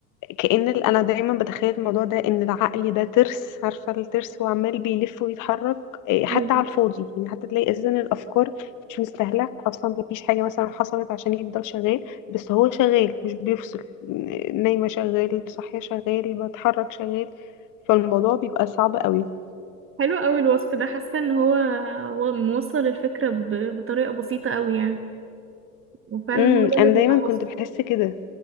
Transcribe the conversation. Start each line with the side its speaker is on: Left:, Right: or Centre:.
Left: كأن ال- انا دايما بتخيل الموضوع ده ان العقل ده ترس عارفه الترس وعمال بيلف ويتحرك إيه، حتى
Right: أيوة.
Left: على الفاضي يعني حتى تلاقي اساسا الافكار مش مستاهله اصلا مفيش حاجه مثلا حصلت عشان يفضل شغال بس هو شغال مش بيفصل ن- نايمه شغال صاحيه شغال بتحرك شغال فالموضوع بيبقى صعب قوي
Right: حلو قوي الوصف ده حاسة ان هو هو موصل الفكرة ب- بطريقة بسيطة قوي يعني وفعلا
Left: امم
Right: هو ده اللي
Left: انا
Right: بيبقى
Left: دايما
Right: حاصل
Left: كنت بحس كده